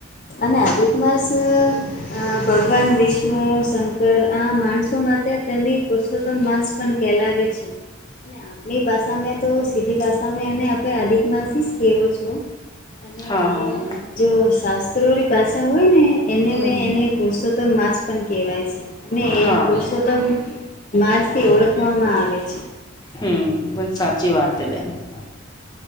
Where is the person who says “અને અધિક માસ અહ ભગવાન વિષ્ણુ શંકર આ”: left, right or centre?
Left